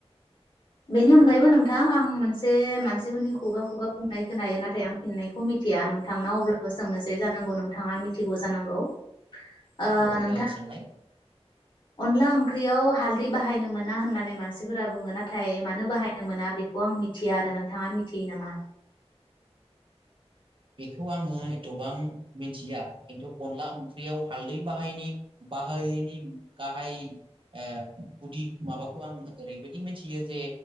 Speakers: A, on the left; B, on the right.
A: बेनि अनगायैबो नोंथां आं मोनसे मानसिफोरनि खुगा खुगा बुंनाय खोनायो नाथाय आं फिननायखौ मिथिया नोंथांनाव अब्लाबो सोंनोसै जानांगौ नोंथाङा मिथिगौ जानांगौ ओ
B: औ
A: नोंथां
B: देलाय सोंलाय
A: अनला ओंख्रियाव हालदै बाहायनो मोन मोना होननानै मानसिफोरा बुङो नाथाय मानो बाहायनो मोना बेखौ आं मिथिया आरो नोंथाङा मिथियो नामा?
B: बेखौ आङो एथ'बां मिथिया खिन्थु अनला ओंख्रियाव हालदै बाहायनि बाहायैनि गाहाय ओ गुदि माबाखौ आङो ओरैबायदि मिनथियो जे